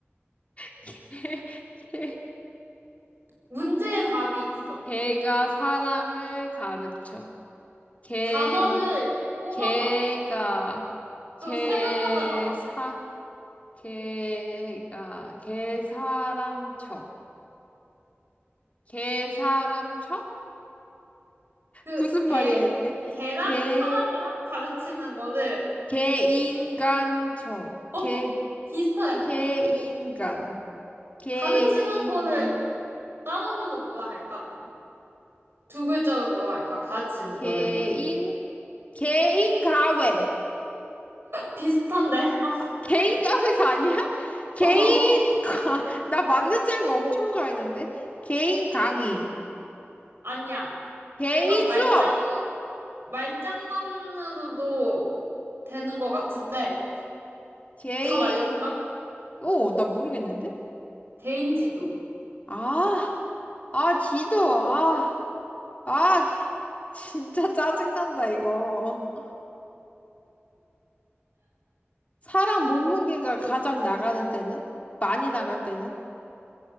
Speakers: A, on the left; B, on the right.
A: <laughs> 개, 개,
B: 문제의 답이 있어.
A: 개가 사람을 가르쳐. 개,
B: 단어를 뽑아봐.
A: 개가,
B: 그럼
A: 개사,
B: 세 단어가 나와.
A: 개가, 개사람 쳐. 개사람쳐?
B: 그,
A: 무슨 말이야,
B: 걔,
A: 이게?
B: 걔랑
A: 개,
B: 사람이랑 가르치는 거를,
A: 개인간쳐.
B: 어,
A: 개,
B: 비슷해.
A: 개인간. 개인,
B: 가르치는 거를 다른 걸로 뭐라 할까? 두 글자로 뭐라 할까? 가르치는
A: 개인,
B: 거를.
A: 개인가외.
B: 비슷한데? 아,
A: 아, 개인가외가 아니야? <laughs> 개인가,
B: 어,
A: <laughs> 나 맞는 줄 알고 엄청 좋아했는데? 개인 강의.
B: 아니야.
A: 개인
B: 약간 말장,
A: 수업.
B: 말장난으로도 되는 것 같은데,
A: 개인,
B: 답 알려줄까?
A: 오, 나 모르겠는데?
B: 개인지도.
A: 아, 아, 지도, 아. 아, <laughs> 진짜 짜증난다, 이거. 사람 몸무게가 가장 나가는 때는? 많이 나갈 때는?